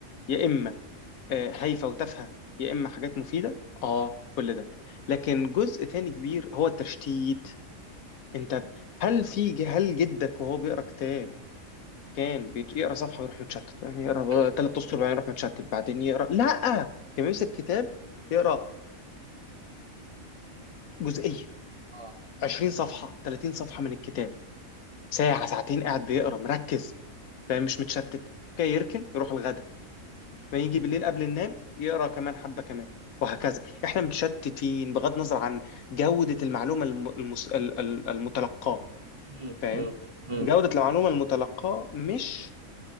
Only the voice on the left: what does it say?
يا اما آه، هايفه وتافهه يا اما حاجات مفيده اه كل ده لكن جزء تاني كبير هو التشتيت انت هل في هل جدك وهو بيقرا كتاب كان بيت- يقرا صفحه ويروح متشتت يعني يقرا
ثلاث اسطر بعدين يروح متشتت بعدين يقرا لا كان بيمسك كتاب يقرا جزئيه
20 صفحه 30 صفحه من الكتاب ساعه ساعتين قاعد بيقرا مركز فاهم مش متشتت كان يركن يروح الغدا ما يجي بالليل قبل النوم يقرا كمان حبه كمان وهكذا احنا متشتتين بغض النظر عن جوده المعلومه الم- المس... ال- ال- المتلقاه
فاهم
جوده المعلومه المتلقاه مش